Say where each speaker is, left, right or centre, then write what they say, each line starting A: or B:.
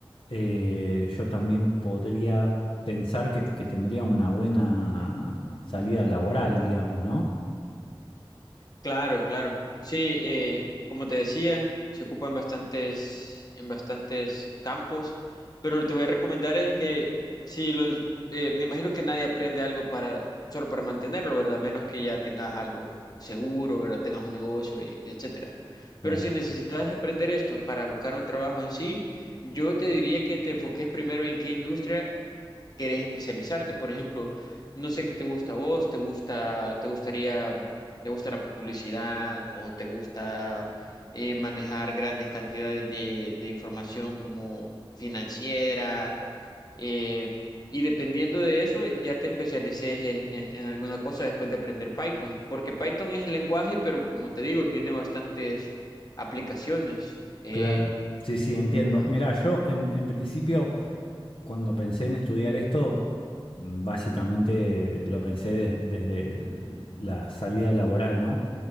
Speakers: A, on the left; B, on the left.
A: eh, yo también podría pensar que, que tendría una buena salida laboral, digamos, ¿no?
B: Claro, claro. Sí, eh, como te decía, se ocupa en bastantes, en bastantes campos, pero lo que te voy a recomendar es que si los, eh, me imagino que nadie aprende algo para, solo para mantenerlo, ¿verdad? A menos que ya tengas algo seguro, ¿verdad? Tengas un negocio, y e, etcétera.
A: Claro.
B: Pero si necesitas aprender esto para buscar un trabajo en sí, yo te diría que te enfoques primero en qué industria querés especializarte. Por ejemplo, no sé qué te gusta a vos, te gusta, te gustaría, te gusta la publicidad o te gusta eh, manejar grandes cantidades de, de información como financiera. eh, y dependiendo de eso, ya te especialices en, en, en alguna cosa después de aprender Python, porque Python es el lenguaje, pero como te digo, tiene bastantes aplicaciones. eh,
A: Claro, sí, sí, entiendo.
B: ah,
A: Mirá, yo en, en principio, cuando pensé en estudiar esto, mm, básicamente lo pensé des- desde el- la salida laboral, ¿no?